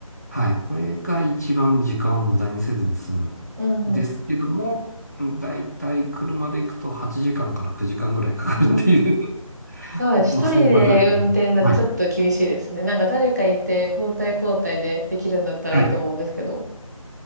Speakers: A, on the left; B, on the right.
A: はい。これが一番時間を無駄にせずに済む。
B: うんう
A: ですけども、だいたい車で行くと8時間かんから9時間ぐらいかかるっていう
B: ん。うーん。
A: <laughs>
B: そうです。
A: まあそういう場所ですね。
B: 一人で運転だってちょっと厳しいですね。
A: はい。
B: なんか誰かいて交代交代でできるんだったらいいと思うんですけど。
A: はい。